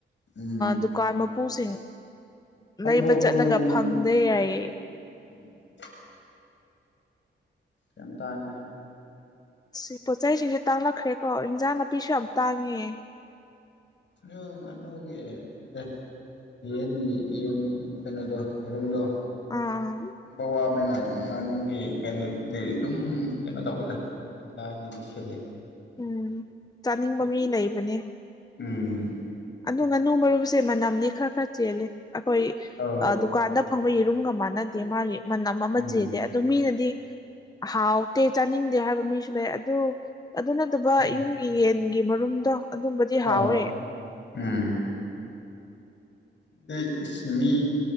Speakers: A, on the left (about 65°); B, on the left (about 20°).
A: ꯎꯝ
B: ꯗꯨꯀꯥꯟ ꯃꯄꯨꯁꯤꯡ
A: ꯐꯪꯕ꯭ꯔꯣ
B: ꯂꯩꯕ
A: ꯐꯪꯗꯕ꯭ꯔ
B: ꯆꯠꯂꯒ ꯐꯪꯗꯦ ꯌꯥꯏꯌꯦ
A: ꯎꯝ ꯌꯥꯝ ꯇꯥꯡꯉꯤꯗꯦ
B: ꯁꯤ ꯄꯣꯠꯆꯩ ꯆꯩꯁꯤꯡꯁꯦ ꯇꯥꯡꯂꯛꯈ꯭ꯔꯦꯀꯣ ꯏꯟꯖꯥꯡ ꯅꯥꯄꯤꯁꯨ ꯌꯥꯝ
A: ꯎꯝ
B: ꯇꯥꯡꯉꯦ
A: ꯎꯝ ꯑꯣ ꯉꯟꯅꯣꯒꯤ ꯑꯦꯠꯇꯦ ꯌꯦꯟꯒꯤ ꯌꯦꯟ ꯀꯩꯅꯣꯗꯣ ꯌꯦꯔꯨꯝꯗꯣ
B: ꯑꯥ
A: ꯈꯪꯕ ꯋꯥꯕꯅꯤꯅ ꯉꯥꯅꯨꯒꯤ ꯀꯩꯅꯣꯗꯨꯗꯤ ꯑꯗꯨꯝ ꯀꯩꯅꯣ ꯇꯧꯋꯤꯗ ꯌꯥꯝ ꯂꯥꯏꯅꯗꯤ ꯁꯤꯜꯂꯤ
B: ꯎꯝ ꯆꯥꯅꯤꯡꯕ ꯃꯤ ꯂꯩꯕꯅꯦ
A: ꯎꯝ
B: ꯑꯣ ꯉꯥꯅꯨ ꯃꯔꯨꯝꯁꯦ ꯃꯅꯝꯗꯤ ꯈꯔ ꯈꯔ ꯆꯦꯜꯂꯦ ꯑꯩꯈꯣꯏ
A: ꯑꯧ
B: ꯗꯨꯀꯥꯟꯗ ꯐꯪꯕ ꯌꯦꯔꯨꯝꯒ ꯃꯥꯟꯅꯗꯦ ꯃꯥꯒꯤ ꯃꯅꯝ ꯑꯃ
A: ꯎꯝ
B: ꯆꯦꯗꯦ ꯑꯗꯨ ꯃꯤꯅꯗꯤ ꯍꯥꯎꯇꯦ ꯆꯥꯅꯤꯡꯗꯦ ꯍꯥꯏꯕ ꯃꯤꯁꯨ ꯂꯩ ꯑꯗꯨ ꯑꯗꯨꯅ ꯑꯗꯨꯒ
A: ꯎꯝ
B: ꯌꯨꯝꯒꯤ ꯌꯦꯟꯒꯤ ꯃꯔꯨꯝꯗꯣ ꯑꯗꯨꯝꯕꯗꯤ
A: ꯑꯧ
B: ꯍꯥꯎꯋꯦ
A: ꯎꯝ ꯑꯗꯩ ꯑꯁ ꯃꯤ